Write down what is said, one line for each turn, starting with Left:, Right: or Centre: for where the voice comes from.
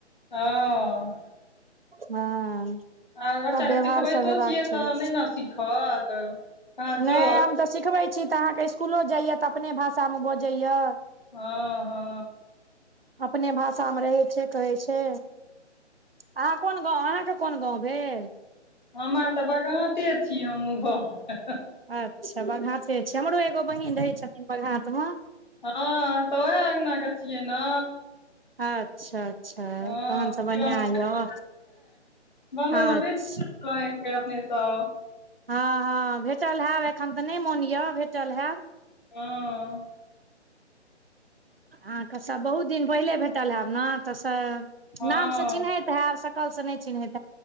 Left: हँ।
Right: हँ
Left: आ, बच्चाके
Right: सब व्यवहार
Left: सिखबैतो
Right: सब हेबाक
Left: छियै,
Right: चाही
Left: तऽ नहि ने सीखत। हँ
Right: नहि
Left: जो
Right: हम तऽ सिखबै छी तऽ अहाँकेँ स्कूल जाइए तऽ अपने भाषामे बजैया।
Left: हँ। हँ
Right: अपने भाषामे रहै छै, कहै छै। अहाँ कोन गाव अहाँकेँ कोन गाव भेल।
Left: हमर तऽ बघाते छी हम उ घर।
Right: अच्छा बघाते छैय, हमरो एगो बहिन रहै छथिन, बघातमे
Left: हँ, तऽ उएह अंगनाके छियै न।
Right: अच्छा अच्छा
Left: हां
Right: तहन तऽ बढ़िआँ
Left: बम्बई
Right: यऽ
Left: में
Right: अच्छा
Left: <inaudible> भलहुँ एक बेर अपने सब
Right: हँ हँ भेटल होयब एखन तऽ नहि मोन यऽ भेटल हैब
Left: हँ
Right: अहाँके सभ बहुत दिन पहिले भेटल होब ने तऽ
Left: हँ
Right: नामसँ चिन्हैत तऽ सकल से नहि चीनहैत